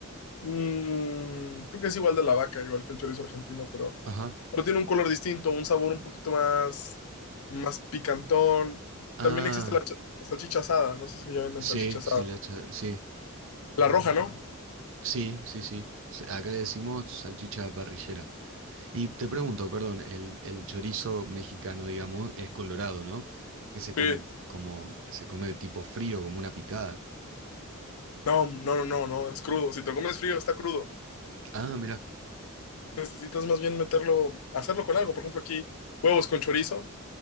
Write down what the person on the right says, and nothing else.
Ajá.
Ah,
sí,
sí, la cha- sí,
sí, sí, sí. Se- Acá le decimos salchicha parrillera. Y te pregunto, perdón, el, el chorizo mexicano, digamos, es colorado, ¿no? Que se come
como, se come tipo frío, como una picada.
Ah, mira,